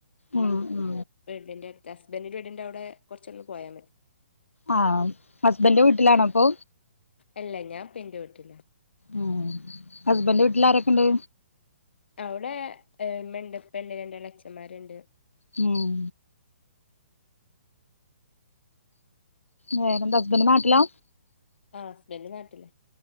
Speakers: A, on the left (about 75°); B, on the left (about 55°).
A: ഉം ഉ
B: പെണ്ണിന്റെ ഹസ്ബൻറിന്റെ വീടിന്റെ അവിടെ കുറച്ചങ്ങ്പോയാ മതി
A: ആഹ് ഹസ്ബൻഡന്റെ വീട്ടിലാണ പ്പൊ
B: അല്ല ഞാൻ പിന്റെ വീട്ടിലാ
A: ഉ ഹസ്ബൻഡന്റെ വീട്ടിൽ ആരൊക്കെ ഉണ്ട്
B: അവിടെ ഉമ്മ ണ്ട് ഉപ്പണ്ട് രണ്ട് ഇളെച്ചന്മാരുണ്ട്
A: ഉം വേറെ എന്താ ഹസ്ബന്റ് നാട്ടിലാ
B: ആ ഹസ്ബൻറ് നാട്ടിലാ